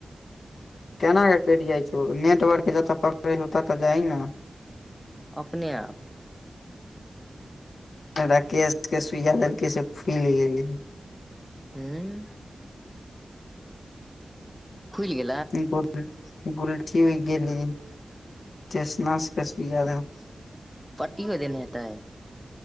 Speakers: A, on the left; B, in the centre.
A: केना केँ कइट जाइ छौ नेटवर्क जतऽ पकड़ै छै तेतऽ जाही नऽ
B: अपने आप
A: राकेशट केँ सुइया देलकै से फुइल गेलै है
B: हुँ <inaudible> फुइल गेल
A: बहुते गुलठी गुलठी उइग गेली टेसनस केँ सुईया देलकेँ
B: पट्टी मे देने हेतै